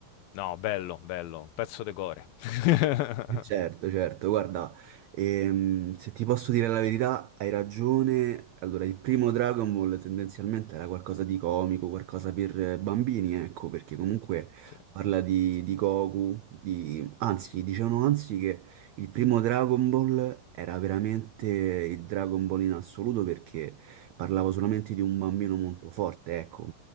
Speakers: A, on the left; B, on the right.
A: no, bello, bello, pezzo de core. <laughs>
B: Certo, certo, guarda, ehm, se ti posso dire la verità, hai ragione. Allora, il primo Dragon Ball tendenzialmente era qualcosa di comico, qualcosa per eh, bambini, ecco, perché comunque
A: Sì.
B: parla di, di Goku, di... anzi, dicevano anzi che il primo Dragon Ball era veramente il Dragon Ball in assoluto perché parlava solamente di un bambino molto forte, ecco,